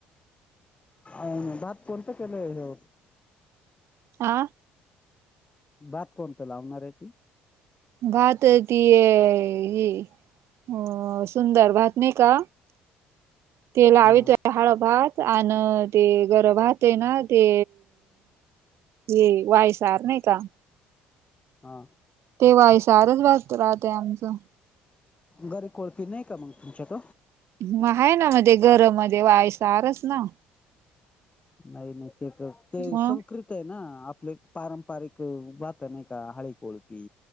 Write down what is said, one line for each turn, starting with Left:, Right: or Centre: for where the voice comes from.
Left: अन भात कोणतं केलंय ह्या
Right: आ
Left: भात कोणत लावणार आहे ती?
Right: भात ती य हे हो सुंदर भात नाही का, ते
Left: हा
Right: लावीतोय हाळ भात अन ते घर भात हे ना ते ये वायसार नाही का
Left: हा
Right: ते वायसारच भात राहतय आमचं.
Left: घरी कोळपी नाही का मंग तुमच्याक?
Right: म आहे ना मध्ये घरमध्ये वायसारच ना.
Left: नाही नाही ते क, ते
Right: मग
Left: संक्रित ते ना आपले पारंपरिक अ भातं नाही का हळे कोळपी.